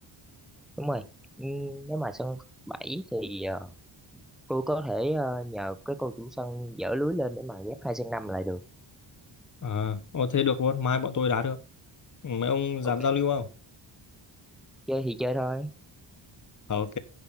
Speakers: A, in the centre; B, on the left.
A: đúng rồi Ừ, nếu mà sân 7 thì ờ, tôi có thể ờ, nhờ cái cô chủ sân dỡ lưới lên để mà ghép hai sân năm lại được
B: à, ô, thế được luôn mai bọn tôi đá được Ừ, mấy ông dám
A: ok
B: giao lưu không
A: chơi thì chơi thôi
B: Ờ, ok